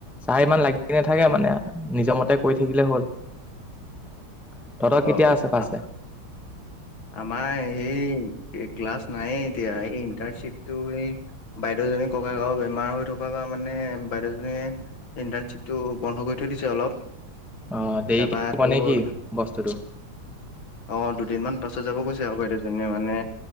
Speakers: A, in the centre; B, on the left (about 80°).
A: চাৰে ইমান লাগি নাথাকে মানে নিজৰ মতে কৰি থাকিলে হ'ল। তহঁতৰ কেতিয়া
B: অ অ
A: আছে পাছে?
B: আ- আমাৰ সেই ক্লাছ নাই এতিয়া এই ইণ্টাৰণশ্বিপটো সেই বাইদেউজনীৰ ককাকৰ বেমাৰ হৈ থকাৰ পা মানে বাইদেউজনীয়ে ইণ্টাৰ্শ্বিপটো বন্ধ কৰি থৈ দিছে অলপ।
A: অ', দেৰিকে
B: তাৰপৰা
A: হ'ব
B: তোৰ
A: নেকি বস্তুটো?
B: অ', দুদিনমান পাছত যাব কৈছে আৰু বাইদেউজনীয়ে মানে